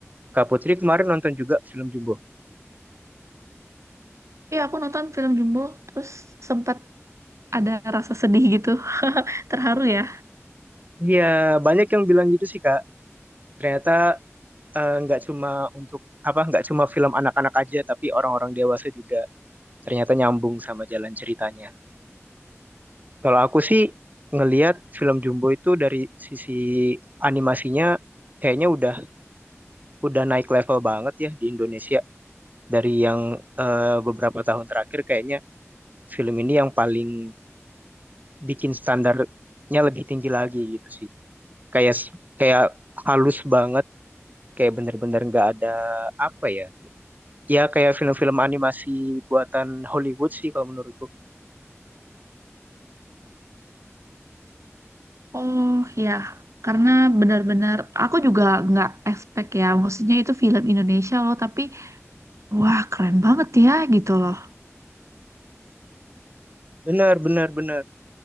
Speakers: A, on the right; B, on the right.
A: Kak Putri kemarin nonton juga film Jumbo.
B: Iya, aku nonton film Jumbo, terus sempat ada rasa sedih gitu, <laughs> terharu ya.
A: Iya, banyak yang bilang gitu sih Kak. Ternyata eh, nggak cuma untuk apa nggak cuma film anak-anak aja tapi orang-orang dewasa juga ternyata nyambung sama jalan ceritanya. Kalau aku sih ngelihat film Jumbo itu dari sisi animasinya kayaknya udah udah naik level banget ya di Indonesia dari yang eh, beberapa tahun terakhir kayaknya film ini yang paling bikin standarnya lebih tinggi lagi gitu sih. Kayak kayak halus banget kayak bener-bener nggak ada apa ya ya kayak film-film animasi buatan Hollywood sih kalau menurutku.
B: Oh ya, karena benar-benar aku juga nggak expect ya, maksudnya itu film Indonesia loh, tapi wah keren banget ya gitu loh.
A: Benar, benar, benar.